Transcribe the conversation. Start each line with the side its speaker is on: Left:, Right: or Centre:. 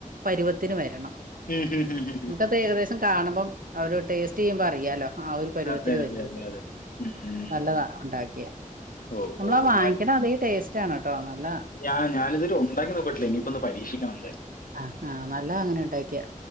Right: പരുവത്തിന് വെരണം. നമുക്കത്
Left: ഉം, ഉം, ഉം, ഉം, ഉം.
Right: ഏകദേശം കാണുമ്പം അവര് ടേസ്റ്റ് ചെയ്യുമ്പോ അറിയാലോ ആഹ് ഒരു പരുവത്തില്
Left: അതെ അതെ
Right: രുപം
Left: അതെ അതെ ഉം.
Right: നല്ലതാ ണ്ടാക്കിയാ
Left: ഓ
Right: നമ്മളാ
Left: ഓ
Right: വാങ്ങിക്ക്ണ
Left: ഞാൻ
Right: അതെ ടേസ്റ്റാണ് ട്ടോ ന്നല്ല ത
Left: ഞാൻ ഞാതില് ഉണ്ടാക്കി നോക്കിട്ടിലെ ഞിപ്പൊന്ന് പരീക്ഷക്കണം ന്തായാലും.
Right: ആഹ് ആഹ് നല്ലതാ അങ്ങനെ ണ്ടാക്കിയാ